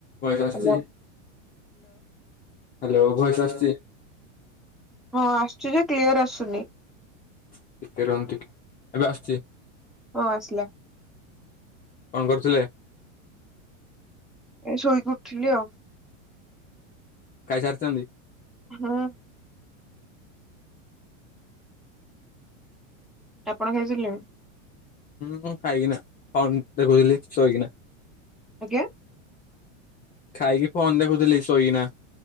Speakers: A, on the left; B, in the centre.
A: Voice ଆସୁଛି
B: hello
A: hello voice ଆସିଛି।
B: ହଁ ଆସୁଚି ଯେ କ୍ଲିୟର ଆସୁନି।
A: ଟିକେ ରହନ୍ତି କି ଏବେ ଆସିଚି।
B: ହଁ ଆସିଲା।
A: କଣ କରୁଥିଲେ?
B: ଏ ଶୋଇକି ଉଠିଲି ଆଉ।
A: ଖାଇ ସାରିଚନ୍ତି।
B: ହଁ ଆପଣ ଖାଇସାରିଲେଣି।
A: ମୁଁ ଖାଇକିନା ଫୋନ୍ ଦେଖୁଥିଲି ଶୋଇକିନା।
B: ଆଜ୍ଞା।
A: ଖାଇକି ଫୋନ ଦେଖୁଥିଲି ଶୋଇକିନା